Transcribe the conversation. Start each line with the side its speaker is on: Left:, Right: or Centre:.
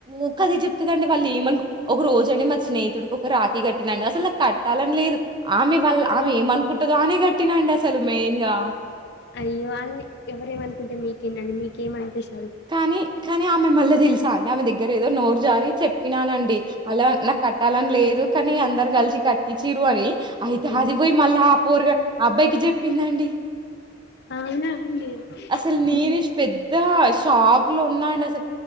Right: ఊక అదే చెప్తుందండి వాళ్ళు ఏమనికుని ఒక రోజు అండి మా స్నేహితుడు రాఖీ కట్టిన అండి అసలు నాకు కట్టాలని లేదు ఆమె వాళ్ళ ఆమె ఏమ అనుకుంటదో అనే కట్టిన అండి అసలు మెయిన్ గా
Left: అయ్యో అలా ఎవరేమనుకుంటే మీకేం దండి మీకు ఏమనిపిస్తే
Right: కానీ కాని ఆమె మళ్ళీ తెలిసా ఆమె దగ్గర ఏదో నోరు జారి చెప్పినానండి అలా నాకు కట్టాలని లేదు కానీ అందరు కలిసి క చిరు అని అయితే
Left: ఉమ్.
Right: అది పోయి మళ్ళా ఆ పోరగా అబ్బాయికి చెప్పిందండి
Left: అవునా అండి
Right: అసలు నేనే
Left: ఉమ్,
Right: పెద్ద షాక్ లో ఉన్నా అండి అసలు